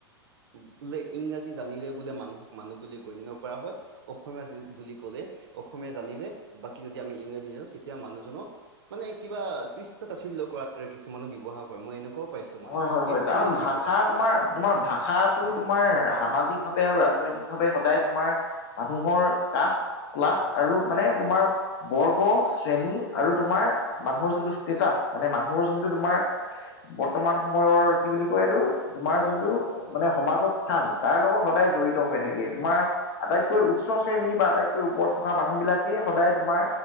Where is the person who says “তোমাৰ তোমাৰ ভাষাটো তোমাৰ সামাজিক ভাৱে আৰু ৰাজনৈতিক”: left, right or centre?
Left